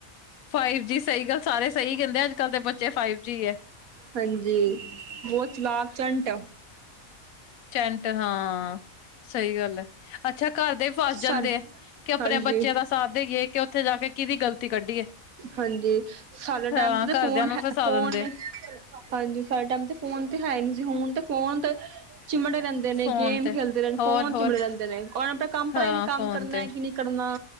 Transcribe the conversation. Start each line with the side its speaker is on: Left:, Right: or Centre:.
Left: five G ਸੲਈ ਗੱਲ ਸਾਰੇ ਸਈ ਕੈਂਦੇ ਆ, ਅੱਜ-ਕੱਲ ਦੇ ਬੱਚੇ ਫਾਈਵ ਜੀ ਐ।
Right: ਹਾਂਜੀ, ਬੌਤ ਚਲਾਕ, ਚੰਟ <inaudible>
Left: ਚਂਟ ਹਾਂ। ਸਈ ਗੱਲ ਐ, ਅੱਛਾ, ਘਰ ਦੇ ਵੀ ਫਸ
Right: ਸਾਡ
Left: ਜਾਂਦੇ ਆ ਕਿ ਅਪਣੇ
Right: ਹਾਂਜੀ
Left: ਬੱਚਿਆਂ ਦਾ ਸਾਥ ਦੇਈਏ ਕਿ ਉੱਥੇ ਜਾ ਕੇ ਕਿੱਦੀ ਗਲਤੀ ਕੱਢੀਏ।
Right: ਹਾਂਜੀ ਸਾਲੇ ਟੈਮ
Left: ਹਾਂ
Right: ਚ ਤਾਂ
Left: ਘਰਦਿਆਂ
Right: ਫੋਨ
Left: ਨੂੰ
Right: ਹੈ
Left: ਫਸਾ
Right: ਫੋਨ
Left: ਦਿੰਦੇ
Right: ਨਈ ਹਾਂਜੀ, ਸਾਡੇ ਟੈਮ ਤੇ ਫੋਨ ਤੇ ਹੈ ਨੀ ਸੀ, ਹੁਣ ਤੇ ਫੋਨ ਤੇ ਚਿਮੜੇ ਰੈਂਦੇ ਨੇ,
Left: ਫੋਨ
Right: ਗੇਮ
Left: ਤੇ
Right: ਖੇਲਦੇ ਰੈਣ,
Left: ਹੋਰ
Right: ਫੋਨ
Left: ਹੋਰ
Right: ਚਿਮੜੇ ਰੈਂਦੇ ਨੇ। ਉਨਾ ਨੁ ਅਪਣਾ ਕੰਮ ਪਤਾ
Left: ਹਾਂ
Right: ਈ ਨੀ ਕੰਮ
Left: ਫੋਨ
Right: ਕਰਨਾ
Left: ਤੇ
Right: ਕਿ ਨਈ ਕਰਨਾ।